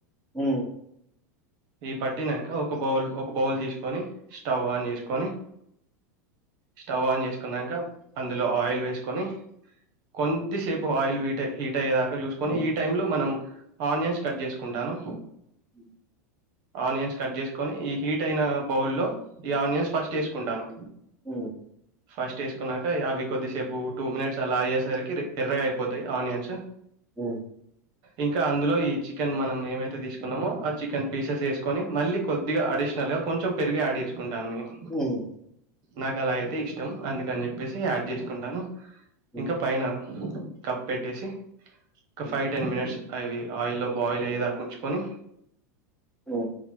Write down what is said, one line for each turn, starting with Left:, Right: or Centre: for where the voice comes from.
Centre: ఊ
Right: ఈ పట్టినాక ఒక బౌల్ ఒక బౌల్ తీసుకొని స్టవ్ ఆన్ చేసుకొని స్టవ్ ఆన్ చేసుకున్నాక అందులో ఆయిల్ వేసుకొని కొద్దిసేపు ఆయిల్ వీట్ హీట్ అయ్యేదాకా చూసుకొని ఈ టైంలో మనం ఆనియన్స్ కట్ చేసుకుంటాను
Centre: ఊ
Right: ఆనియన్స్ కట్ చేసుకొని ఈ హీట్ అయిన బౌల్ లో ఈ ఆనియన్స్ ఫస్ట్ వేసుకుంటాను
Centre: ఊ
Right: ఫస్ట్ వేసుకున్నాక అవి కొద్దిసేపు టూ మినిట్స్ అలా అయ్యేసరికి ఎర్రగా అయిపోతాయి ఆనియన్స్
Centre: ఊ
Right: ఇంకా అందులో ఈ చికెన్ మనం ఏమైతే తీసుకున్నామో ఆ చికెన్ పీసెస్ వేసేస్తా కొని మళ్ళీ కొద్దిగా అడిషనల్గా కొంచెం పెరిగి యాడ్ చేసుకో తీసుకుంటాను నేను
Centre: హ్మ్.
Right: నాకు అలా అయితే ఇష్టం అందుకని చెప్పేసి అది చేసుకుంటాను
Centre: హ్మ్.
Right: ఇంక పైన కప్పెటేసి ఒక
Centre: హ్మ్.
Right: ఫైవ్ టెన్ మినిట్స్ అవి ఆయిల్లో బాయిల్ అయ్యేదాక ఉచుకొని
Centre: ఉ